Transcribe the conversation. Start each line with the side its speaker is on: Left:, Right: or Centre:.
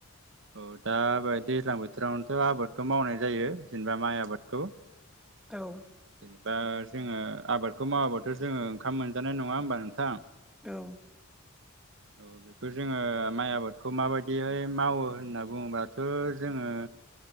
Right: ओ दा बे दैलां बोथोरावनो आबादखौ मावनाय जायो जेनेबा माइ आबादखौ जेने
Centre: ना औ
Right: बा जोङो आबादखौ मावाब्लााथ' जोङो ओंखाम मोनजानाय नङा होमबा नोंथां?
Centre: औ।
Right: औ बेखो जोङो माइ आबादखौ माबायदिहाय मावो होनना बुङोबाथ' जोङो